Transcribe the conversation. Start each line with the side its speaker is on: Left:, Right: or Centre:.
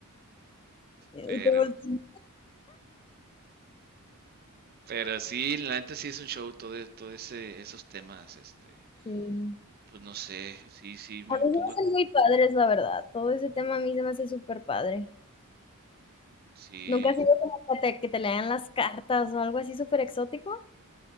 Left: Y
Right: pero,
Left: te volteo.
Right: pero sí, la neta sí es un show, todo, e- todo ese, esos temas, este,
Left: Sí.
Right: pues no sé, sí, sí me
Left: A mí
Right: pongo,
Left: se me hacen muy padres, la verdad. Todo ese tema a mí se me hace súper padre.
Right: sí.
Left: ¿Nunca ha sido como que te, que te lean las cartas o algo así súper exótico?